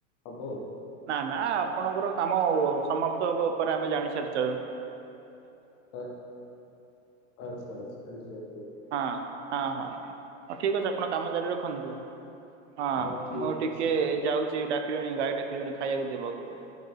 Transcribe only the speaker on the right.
ନା ନା ଆପଣଙ୍କର କାମ ସମାପ୍ତ ହେବା ଉପରେ ଆମେ ଜାଣି ସାରିଚ।
ହଁ ହଁ ହଁ ହଉ ଠିକ ଅଛି, ଆପଣ କାମ ଜାରି ରଖନ୍ତୁ। ହଁ
ମୁଁ
ଟିକେ ଯାଉଛି ଡାକିଲେଣି ଗାଈ ଡାକିଲେଣି ଖାଇବାକୁ ଦେବାକୁ ପଡ଼ିବ।